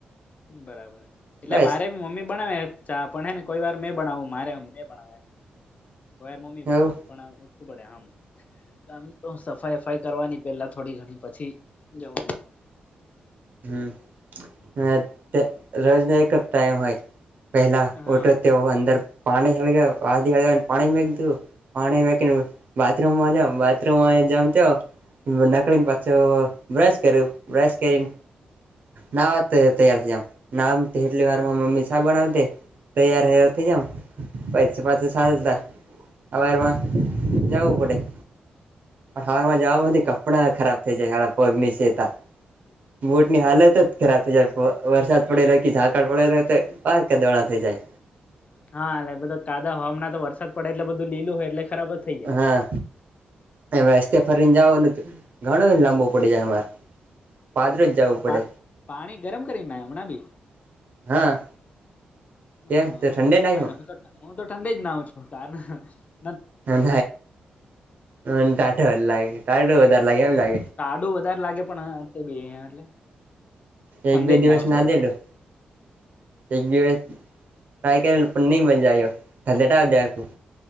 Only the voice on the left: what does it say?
બરાબર એટલે
મારે બી મમ્મી બનાવે ચા પણ હે ને કોઈ વાર મેં બનાવું મારે એમ મેને બનાવવું એમ કોઈ વાર મમ્મી બનાવે.
પણ ઉઠું બડ્યા આમ-' આમ તો સફાઈ સફાઈ કરવાની પેલા થોડી ઘણી પછી જવાનું.
હા
હા
હા
બરાબર
હા એલે બધા કાદા હવાના તો વરસાદ પડે એટલે બધું લીલું હોય એટલે ખરાબ જ-' થઈ જાય.
અચ્છા
તો
પા પાણી ગરમ કરી નામણા ભી-'
હા
હું તો
કઈ
હું તો હું તો ઠંડી જ નાઉ છું કારણ.
તાડું વધારે લાગે પણી એટલે ફંડે
જ
ના આવ છો હજી